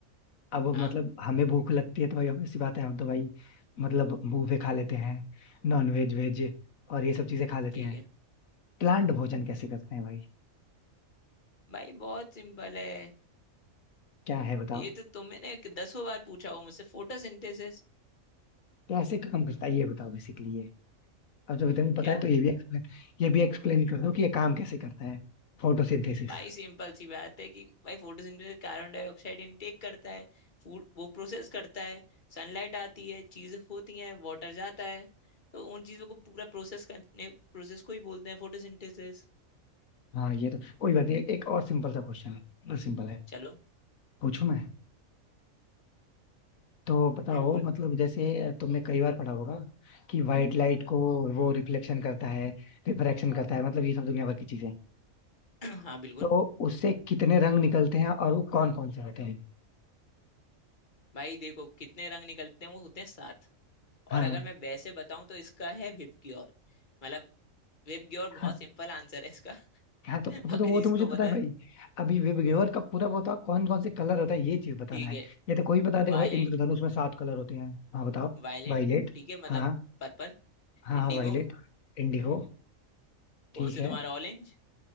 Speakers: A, on the left; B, on the left.
A: अब
B: हाँ
A: मतलब हमें भूख लगती है तो भाई obvious सी बात है हम तो भाई मतलब बूफे खा लेते हैं नॉन वेज वेज और ये सब चीजें खा लेते
B: ठीक
A: हैं
B: है
A: प्लांट भोजन कैसे करते हैं भाई
B: भाई बहुत सिंपल है
A: क्या है बताओ
B: ये तो तुमने दसों बार पूछा हो मुझसे फोटोसिंथेसिस
A: कैसे काम करता है ये बताओ बेसिकली अब जब इतना
B: क्या
A: पता है तो ये भी एक्सप्लेन ये भी एक्सप्लेन कर दो कि ये काम कैसे करता है फोटोसिंथेसिस
B: भाई सिंपल सी बात है कि भाई फोटोसिंथेसिस कार्बन डाइऑक्साइड इनटेक करता है फूड वो प्रोसेस करता है सनलाइट आती है चीजें होती हैं वाटर जाता है तो उन चीजों को पूरा प्रोसेस करने प्रोसेस को ही बोलते हैं फोटोसिंथेसिस
A: हाँ ये तो कोई बात नहीं एक एक और सिंपल सा क्वेश्चन है बस सिंपल है
B: चलो
A: पूछूं मैं तो बताओ
B: बिल्कुल
A: मतलब जैसे तुमने कई बार पढ़ा होगा कि व्हाइट लाइट को वो रिफ्लेक्शन करता है रिफ्रैक्शन करता है मतलब ये सब दुनिया भर की चीजें
B: <clears throat> हाँ बिल्कुल
A: तो उससे कितने रंग निकलते हैं और वो कौन कौन से होते हैं
B: भाई देखो कितने रंग निकलते हैं वो होते हैं सात
A: हाँ
B: और अगर मैं वैसे बताऊं तो इसका है विपग्योर मतलब विपग्योर बहुत
A: हाँ
B: सिंपल आंसर है इसका
A: हाँ
B: <laughs>
A: तो वो
B: अगर
A: तो वो
B: जिसको
A: तो मुझे
B: पता
A: पता है
B: है
A: भाई अभी विवग्योर का पूरा वो था कौन कौन से कलर होता है ये चीज बताना
B: ठीक
A: है
B: है
A: ये तो कोई बता देगा
B: वायलेंट
A: भाई इंद्रधनुष में सात कलर होते हैं हाँ बताओ
B: वायलेंट
A: वायलेट
B: ठीक है मतलब
A: हाँ
B: पर्पल
A: हाँ
B: इंडिगो
A: हाँ वायलेट इंडिगो ठीक
B: ओ से
A: है
B: तुम्हारा ऑरेंज